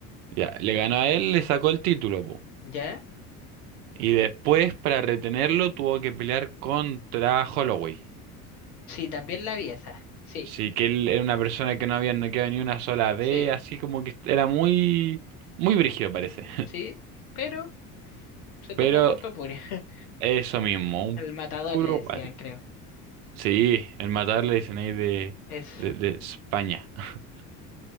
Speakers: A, on the right; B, on the left.
A: ya, le ganó a él, le sacó el título, pues.
B: ¿Ya?
A: Y después, para retenerlo, tuvo que pelear contra Holloway.
B: Sí, también la vi esa. Sí,
A: Sí, que él era una persona que no había noqueado ni una sola vez,
B: sí,
A: así como que era muy, muy brígido parece. <laughs>
B: sí. Pero se
A: Pero
B: topó con Topuri. <laughs>
A: eso mismo, un
B: El matador
A: puro
B: le decían,
A: guate.
B: creo.
A: Sí, el matar le dicen ahí de,
B: Eso.
A: de, de España. <laughs>